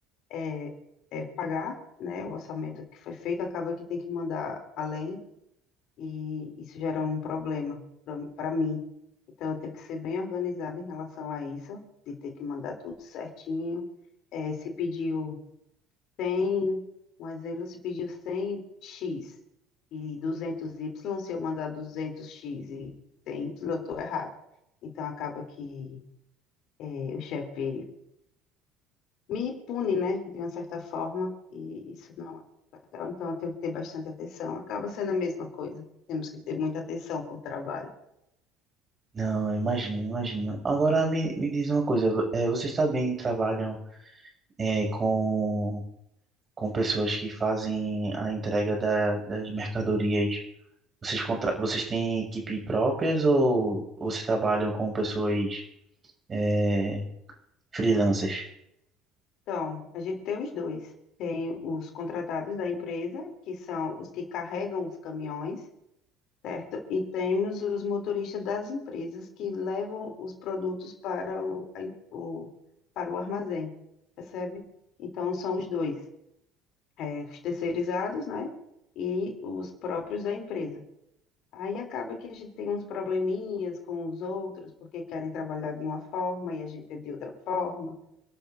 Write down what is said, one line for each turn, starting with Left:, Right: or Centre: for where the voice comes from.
Left: é, é, pagar, né? O orçamento que foi feito, acaba que tem que mandar além, e isso gera um problema para mim. Então, eu tenho que ser bem organizada em relação a isso, de ter que mandar tudo certinho. eh, se pediu 100, um exemplo, se pediu 100x e 200y, se eu mandar 200x e 100y, eu estou errado. Então, acaba que eh, o chefe me pune, né, de uma certa forma, e isso não é legal. Então, eu tenho que ter bastante atenção. Acaba sendo a mesma coisa. Temos que ter muita atenção com o trabalho.
Right: Não, eu imagino, imagino. Agora me, me diz uma coisa, vo- eh, vocês também trabalham eh, com, com pessoas que fazem a entrega da- das mercadorias? Vocês, contra, vocês têm equipe próprias ou vocês trabalham com pessoas eh, freelancers?
Left: Então, a gente tem os dois. Tem os contratados da empresa, que são os que carregam os caminhões, certo? E temos os motoristas das empresas que levam os produtos para o, a o- para o armazém, percebe? Então, são os dois, eh, os terceirizados, né? E os próprios da empresa. Aí acaba que a gente tem uns probleminhas com os outros, porque querem trabalhar de uma forma e a gente é de outra forma,